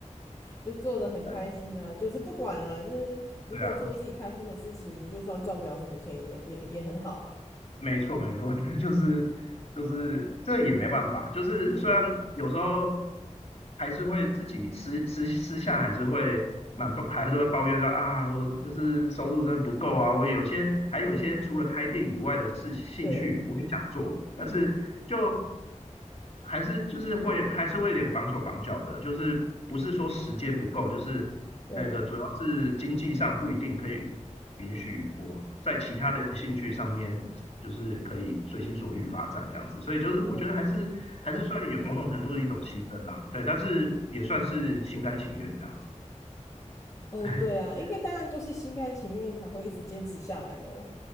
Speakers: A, on the left; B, on the left.
A: 就做的很开心啊，
B: <laughs> 对，
A: 就是不管啊，就是如果做自己开心的事情，
B: 对啊，
A: 就算赚不了什么钱也也也很好啊，
B: 没错，没错，<laughs> 就是就是这也没办法，就是虽然有时候
A: 嗯
B: 还是会自己私私私下还是会蛮抱，还是会抱怨到啊，我就是收入真的不够啊，我有些还有一些除了开店以外的事兴趣我也想做，
A: 嗯哼，对
B: 但是就还是就是会还是会有点绑手绑脚的，就是不是说时间不够，就是那个主要是经济上不一定可以
A: 对，
B: 允许我在其他的兴趣上面，就是可以随心所欲发展这样子，所以就是我觉得还是还是算有某种程度的一种牺牲啦，
A: 嗯哼嗯哼，是，
B: 对，但是也算是心甘情愿这样子，
A: 哦对啊，
B: <laughs>
A: 应该当然就是心甘情愿才会一直坚持下来咯。